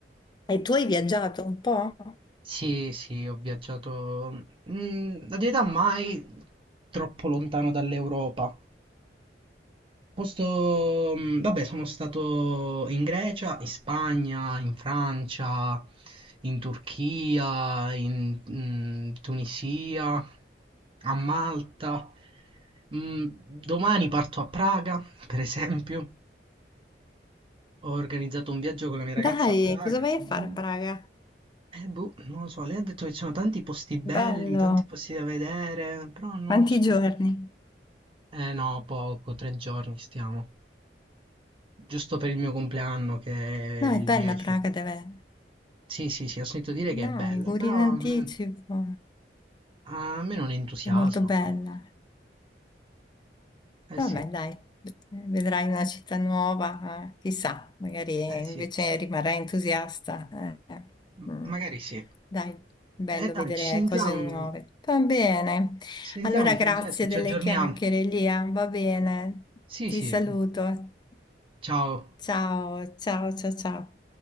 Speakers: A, on the left; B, on the right.
A: E tu hai viaggiato un po'?
B: Sì, sì, ho viaggiato, mm, la verità mai troppo lontano dall'Europa. Posto, mm, vabbè, sono stato in Grecia, in Spagna, in Francia, in Turchia, in mm, Tunisia, a Malta. Mm, domani parto a Praga, per esempio. Ho organizzato un viaggio con la mia ragazza
A: Dai,
B: a Praga.
A: cosa vai a
B: Mm.
A: fare a Praga?
B: Eh boh, non lo so, lei ha detto che ci sono tanti posti belli,
A: Bello,
B: tanti posti da vedere, però non
A: quanti
B: lo so.
A: giorni?
B: io- Eh no, poco, tre giorni stiamo. Giusto per il mio compleanno che è
A: No,
B: il
A: è bella
B: 10.
A: Praga, deve...
B: Sì, sì, sì, ho sentito dire che
A: Dai,
B: è bella,
A: auguri
B: però
A: in anticipo,
B: a me, a me non entusiasmo
A: è molto bella.
B: troppo. Eh
A: Vabbè,
B: sì,
A: dai, vedrai una città nuova, eh, chissà, magari eh,
B: eh
A: invece
B: sì,
A: rimarrai entusiasta. eh, eh.
B: m-
A: Mm.
B: magari sì.
A: Dai, bello
B: Eh dai,
A: vedere
B: ci sentiamo,
A: cose nuove. Va bene.
B: ci sentiamo
A: Allora,
B: Francesca,
A: grazie
B: ci
A: delle
B: aggiorniamo.
A: chiacchiere, Lia. Va bene.
B: Sì,
A: Ti
B: sì,
A: saluto.
B: ciao.
A: Ciao, ciao, ciao, ciao.